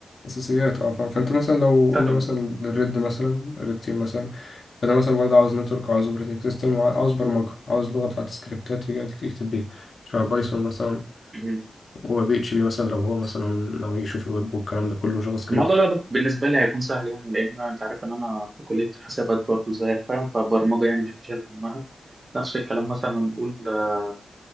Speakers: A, on the left; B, on the right.
A: أساسيات اه ف- فأنت مثلا لو
B: طب
A: قلنا مثلا الريد مثلا الريد تيم مثلا فده مثلا برضه عاوز نتورك وعاوز اوبريتنج سيستم وعاوز برمجة عاوز لغة بتاعت سكريبتات يجي يكتب بيها شبه بايثون مثلا
B: مهم.
A: و بي اتش بي مثلا لو هو مثلا ناوي يشوف الويب والكلام ده كله جافا سكريبت
B: الموضوع ده بالنسبة لي هيكون سهل يعني لأن أنت عارف إن أنا في كلية حسابات برضه زيك فاهم فالبرمجة يعني مش هشيل همها نفس الكلام مثلا نقول آه،